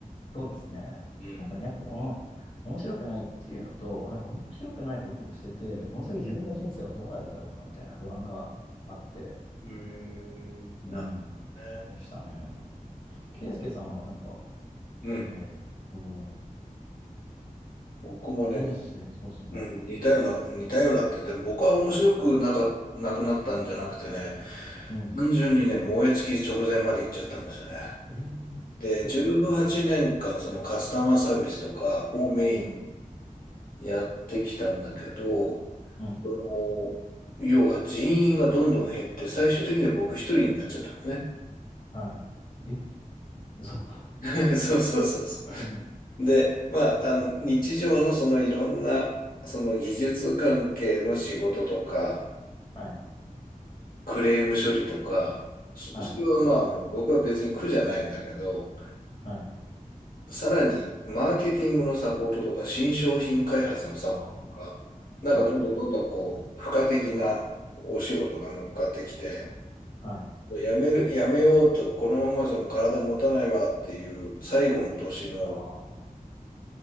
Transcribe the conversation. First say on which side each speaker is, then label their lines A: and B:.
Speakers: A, on the left; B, on the left.
A: そうですね。
B: うん。
A: なんかね、やっぱこの、面白くないっていうのと、なんか面白くないことをしてて、この先自分の人生はどうなるんだろうかみたいな不安があって、
B: うーん、
A: うん、
B: なるほどね。
A: でしたね。ケイスケさんはなんか、
B: うん。
A: えーっと、
B: 僕もね、
A: 人生、
B: に
A: そうですね。
B: うん、似たような、似たようなって、でも僕は面白くなか、なくなったんじゃなくてね、
A: うん
B: 単純にね、燃え尽き直前まで行っちゃったんですよね。
A: えー、
B: で、
A: 結構、
B: 18年間、
A: うん、
B: そのカスタマーサービスとかをメイン
A: うん、
B: にやってきたんだけど、
A: うん、
B: その、要は人員がどんどん減って、最終的には僕一人になっちゃったのね。
A: はい。え、嘘。
B: <laughs> そうそうそうそ
A: <laughs>
B: う。で、まあ、あの、日常のそのいろんな、その技術関係の仕事とか、
A: はい、
B: クレーム処理とか、そ、
A: はい、
B: それはまあ、あの、僕は別に苦じゃないんだけど、
A: はい。
B: さらに、マーケティングのサポートとか、新商品開発のサポートとか、
A: ああ、はい、
B: なんかどんどんどんどんこう、
A: はい、
B: 付加的なお仕事が乗っかってきて、
A: はい。
B: もうやめる、やめようと、このままじゃもう体持たないわっていう最後の年の、
A: ああ、